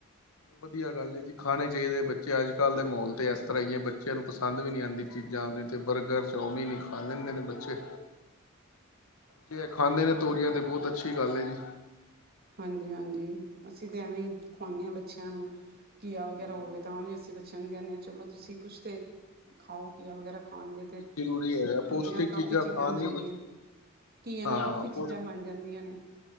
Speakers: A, on the left; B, on the right.
A: ਵਧੀਆ ਗੱਲ ਏ ਜੀ। ਖਾਣੇ ਚਾਹੀਦੇ ਬੱਚੇ ਅੱਜ-ਕੱਲ੍ਹ ਦੇ ਮਾਹੌਲ ਤੇ ਇਸ ਤਰ੍ਹਾਂ ਈ ਐ ਬੱਚਿਆਂ ਨੂੰ ਪਸੰਦ ਵੀ ਨੀ ਆਂਦੀ। ਚੀਜ਼ਾਂ। ਨੇ ਤੇ ਬਰਗਰ ਚੌਮਿਨ ਈ ਖਾ ਲੈਂਦੇ ਨੇ ਬੱਚੇ।
B: <inaudible>
A: ਜੇ ਐ ਖਾਂਦੇ ਨੇ ਤੋਰੀਆਂ। ਤੇ ਬਹੁਤ ਅੱਛੀ ਗੱਲ ਐ ਜੀ।
B: ਹਾਂਜੀ ਹਾਂਜੀ। ਅਸੀਂ ਤੇ ਐਵੇਂ ਈ ਖਵਾਉਂਨੇ ਆਂ ਬੱਚਿਆਂ ਨੂੰ, ਘੀਆ
A: ਜ਼ਰੂਰੀ
B: ਵਗੈਰਾ ਹੋਵੇ ਤਾਂ ਵੀ ਅਸੀਂ ਬੱਚ ਬੱਚਿਆਂ ਨੂੰ ਕਹਦੀਆ ਚਲੋ। ਤੁਸੀਂ ਕੁੱਛ ਤੇ ਖਾਓ ਘੀਆ ਵਗੈਰਾ ਖਾ ਹੋਰ ਨੀ ਤੇ,
A: ਜ਼ਰੂਰੀ ਹੈ ਪੌਸ਼ਟਿਕ
B: ਘੀਆ ਨਾਲ ਕਾਫ਼ੀ ਚੀਜ਼ਾਂ
A: ਖਾਣਗੇ
B: ਬਣ
A: ਬੱਚੇ
B: ਦੀਆਂ ਹਨ। ਤਾਂ ਹੀ ਨਾ
A: ਹਾਂ
B: ਕਾਫ਼ੀ ਚੀਜ਼ਾਂ
A: ਪੋਸ਼
B: ਬਣ ਜਾਂਦੀਆਂ ਨੇ।